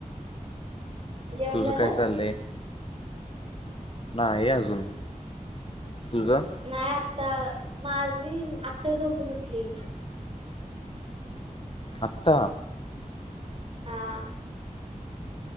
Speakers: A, on the right (about 40°); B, on the left (about 40°).
A: जेवण
B: तुझं
A: झालं
B: काय चाललंय? नाही अजून... तुझं?
A: नाही आत्ता... माझी... आत्ता झोपून उठली मी.
B: आत्ता?
A: हा.